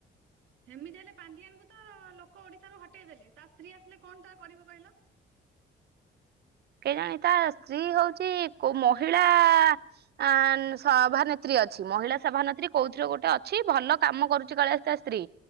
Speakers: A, on the right (about 70°); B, on the right (about 55°).
A: ହେମିତି ହେଲେ ପାଣ୍ଡିଆନାକୁ ତ ଲୋକ ଓଡିଶାରୁ ହଟେଇ ଦେଲେ ତା ସ୍ତ୍ରୀ ଆସିଲେ କଣ ଟା କରିବ କହିଲ।
B: କେ ଜାଣି ତା ସ୍ତ୍ରୀ ହଉଛି କଉ ମହିଳା ଆ ସଭାନେତ୍ରୀ ଅଛି ମହିଳା ସଭାନେତ୍ରୀ କୋଉଥିରେ ଗୋଟେ ଅଛି ଭଲ କାମ କରୁଛି କାଳେ ତା ସ୍ତ୍ରୀ।